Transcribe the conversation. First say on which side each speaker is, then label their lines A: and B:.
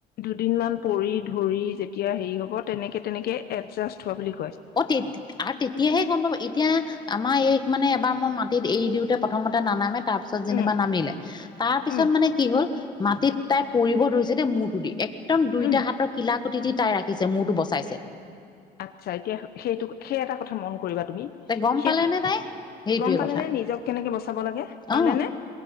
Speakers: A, on the left (about 65°); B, on the left (about 25°).
A: দুদিনমান পৰি ধৰি যেতিয়া হেৰি হ'ব তেনেকে তেনেকে এডজাষ্ট হোৱা বুলি ক
B: অ তে আৰু তেতিয়াহে গম পাবা এতিয়া আমাৰ এই মানে এবাৰ মই মাটিত এৰি দিওঁতে প্ৰথমতে নানামে তাৰপিছত যেনিবা
A: উম
B: নামিলে তাৰ পিছত
A: উম
B: মানে কি হ'ল মাটিত তাই পৰিব ধৰিছে দেই মূৰটো দি একদম দুইটা
A: উম
B: হাতৰ কিলাকুটি দি তাই ৰাখিছে মূৰটো বচা চাইছে।
A: আচছা এতিয়া সেইটো সেই এটা কথা মন কৰিবা তুমি
B: তাই গম
A: সেইটোত
B: পালে নে তাই সেইটোৱে
A: গম পালে
B: কথা
A: নে নিজক কেনেকে বচাব লাগে
B: অ
A: পালেনেে